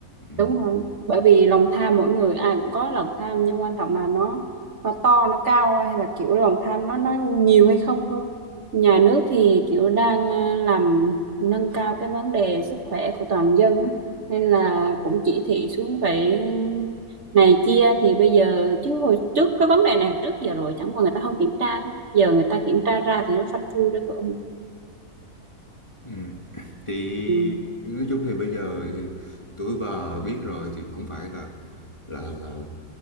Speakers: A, on the left; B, on the right.
A: ừ.
B: đúng rồi bởi vì lòng tham mỗi người ai cũng có lòng tham nhưng quan trọng là nó nó to nó cao hay là kiểu lòng tham nó nó nhiều hay không thôi nhà nước thì kiểu đang à, làm nâng cao cái vấn đề sức khỏe của toàn dân á. nên là cũng chỉ thị xuống phải này kia thì bây giờ chứ hồi trước cái vấn đề này trước giờ rồi chẳng qua người ta không kiểm tra thôi giờ người ta kiểm tra ra thì nó phanh phui ra thôi ông ạ.
A: Ừ. thì
B: ừ.
A: nói chung thì bây giờ thì tuổi bà biết rồi thì cũng phải là là là, là